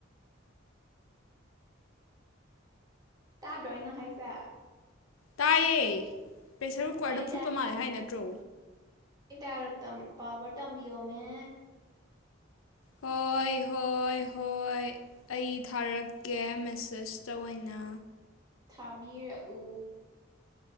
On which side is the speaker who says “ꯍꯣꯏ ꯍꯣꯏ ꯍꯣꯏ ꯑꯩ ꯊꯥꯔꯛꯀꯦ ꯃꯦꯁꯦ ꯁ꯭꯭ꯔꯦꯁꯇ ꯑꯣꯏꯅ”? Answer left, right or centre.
Left